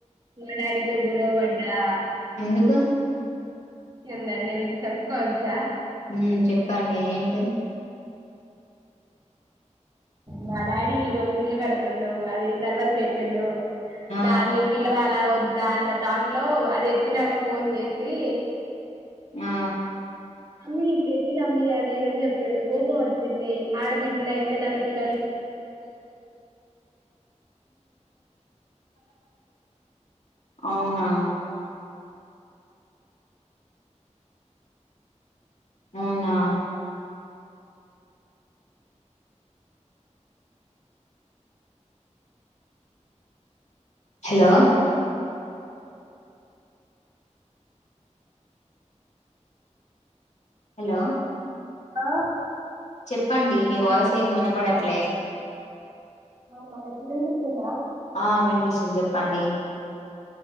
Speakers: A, on the right; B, on the left.
A: నేను ఆడితొ గొడవబడ్డా
B: ఎందుకు
A: ఉందండి మీకు చెప్పుకోవచ్చా
B: మ్ చెప్పండి ఏంటి
A: మా డాడీ ఈ రోజు ఇల్లు కడుతుండు అది దర్వాజు లేపిండు
B: ఆ
A: దాని పిల్లవాల వద్దా అన్న థాట్లో అది ఎత్తినాక ఫోన్ చేసి
B: ఆ
A: అమ్మీ ఇట్లా ఎప్పినమ్మి అది ఇదని చెప్ బలె కోపం వచ్చింది ఆడబిడ్డ నైయుండి నన్ను పిలవలె
B: అవునా అవునా హలో హలో
A: ఆ
B: చెప్పండి మీ వాయిస్ ఏమి వినపడట్లే
A: అవునా ఇప్పుడు వినిపిస్తుందా
B: ఆ వినిపిస్తుంది చెప్పండి